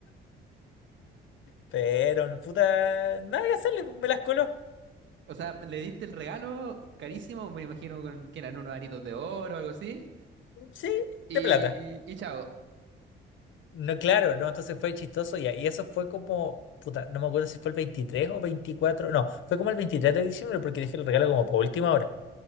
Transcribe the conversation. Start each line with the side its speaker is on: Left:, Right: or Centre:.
Left: pero puta, nada que hacerle, po, me las coló,
Right: O sea, le diste el regalo carísimo, me imagino con, que eran unos aritos de oro o algo así.
Left: sí,
Right: Y,
Left: de plata.
Right: y chao.
Left: No, claro, no, entonces fue chistoso ya. Y eso fue como, puta, no me acuerdo si fue el 23 o 24, no, fue como el 23 de diciembre porque dejé el regalo como por última hora.